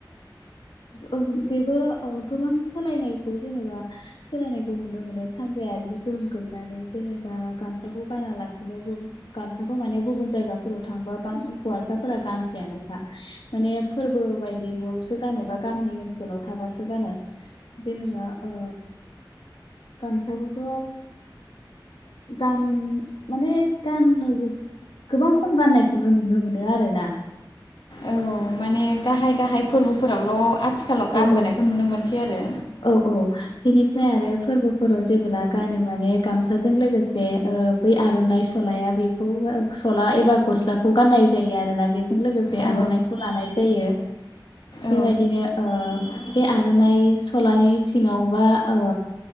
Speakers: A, on the left (about 85°); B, on the left (about 70°).
A: ओ बेबो ओ गोबां सोलायनायखौ जेनेबा सोलायनायखौ नुनो मोनो सानजायारिनि गोह गैनानै जेनेबा गामसाखौ गानालासिनो गामसाखौ माने गुबुन जायगाफोराव थांबा बां गान हौवासाफोरा गानखायानोखा। माने फोरबो बायदियावसो गानोबा गामि ओनसोलाव थाबासो गानो जेनेबा ओ गामसाखौथ' गान माने गाननो गोबां खम गाननायखौनो नुनो मोनो आरोना
B: औ माने गाहाय गाहाय फोरबोफोरावल आथिखालाव गानबोनायखौ
A: औ औ
B: नुनो मोनसै आरो।
A: औ औ बेनिफ्राय आरो फोरबोफोराव जेबोब्ला गानो माने गामसाजों लोगोसे ओ बै आरनाइ सलाया बेखौ सला एबा गस्लाखौ गाननाय जायो आरोना बेजों लोगोसे
B: औ
A: आरनाइखौ लानाय जायो
B: औ
A: बेबायदिनो ओ बे आरनाइ सलानि सिङावबा ओ